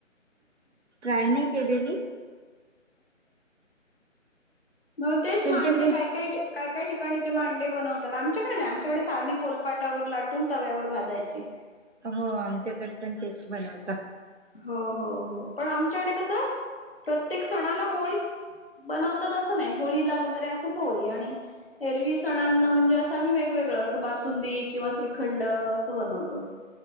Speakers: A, on the right; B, on the left.
A: ट्राय नाही केलेली.
B: हो तेच
A: तुमच्याकडे
B: मांडे काय काय काय काय ठिकाणी ते मांडे बनवतात आमच्याकडे नाही आमच्याकडे साधी पोलपाटावर लाटून तव्यावर भाजायची.
A: हो आमच्याकडे पण तेच बनवतात.
B: हो हो हो पण आमच्याकडे कस प्रत्येक सणाला पोळीच. बनवतात अस नाही होळीला वगैरे अस पोळी आणि एरवी सणांना म्हणजे अस आम्ही वेगवेगळ अस बासुंदी किंवा श्रीखंड अस बनवतो.